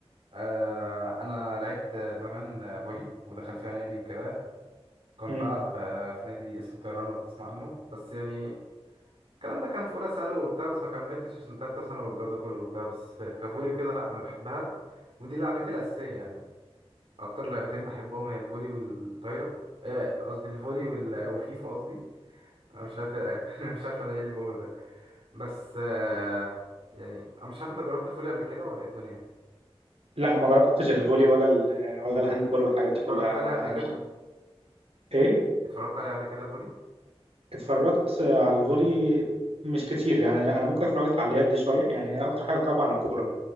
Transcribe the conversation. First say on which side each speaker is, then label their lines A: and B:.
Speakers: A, on the right; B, on the right.
A: آه، انا لعبت زمان فولي ودخل فيها نادي وكده كنت
B: مم.
A: بلعب آه، في نادي اسمه طيران لو تسمع عنه بس يعني الكلام ده كان في اولى ثانوي وبتاع بس ما كملتش عشان تالتة ثانوي والجو ده كله وبتاع بس كفولي وكده لا انا بحبها ودي لعبتي الاساسيه يعني اكتر لعبتين بحبهم هي الفولي والطايره آه، قصدي الفولي وال- وفيفا قصدي انا مش عارف <laughs> أنا مش عارف انا ايه اللي بقوله ده بس آه، يعني انا مش عارف انت جربت الفولي قبل كده ولا ايه الدنيا
B: لا ما جربتش الفولي ولا ال ولا الهاند بول والحاجات دي كلها
A: اتفرجت عليه
B: انا
A: قبل كده
B: ايه
A: اتفرجت عليه قبل كده الفولي
B: اتفرجت على الفولي مش كتير يعني انا ممكن اتفرجت على اليد شويه يعني اكتر حاجه طبعا الكوره